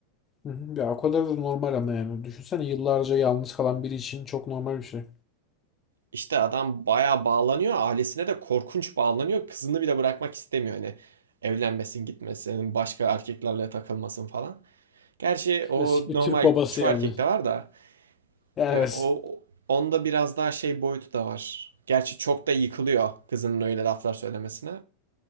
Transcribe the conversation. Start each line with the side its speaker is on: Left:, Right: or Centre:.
Left: Hı hı. Ya o kadar da normal ama yani. Düşünsene yıllarca yalnız kalan biri için çok normal bir şey.
Right: İşte adam bayağı bağlanıyor. Ailesine de korkunç bağlanıyor. Kızını bile bırakmak istemiyor. Hani evlenmesin, gitmesin, başka erkeklerle takılmasın falan. Gerçi o
Left: Klasik bir
Right: normal
Left: Türk babası
Right: çoğu
Left: yani.
Right: erkekte var da
Left: Evet.
Right: E, o onda biraz daha şey boyutu da var. Gerçi çok da yıkılıyor kızının öyle laflar söylemesine.